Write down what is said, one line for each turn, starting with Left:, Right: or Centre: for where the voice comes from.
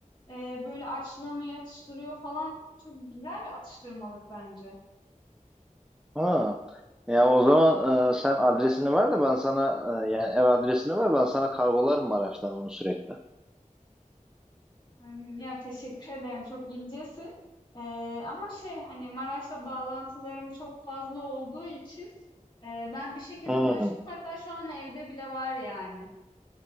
Left: e, böyle açlığımı yatıştırıyor falan. Çok güzel bir atıştırmalık bence.
Centre: Ha. Ya o zaman e, sen adresini ver de ben sana e, yani ev adresini ver ben sana kargolarım Maraş'tan onu sürekli.
Left: Hmm, Ya teşekkür ederim. Çok incesin. Ee, ama şey hani Maraş'la bağlantılarım çok fazla olduğu için e, ben bir şekilde
Centre: Hmm.
Left: ulaşıyorum. Hatta şu an evde bile var yani.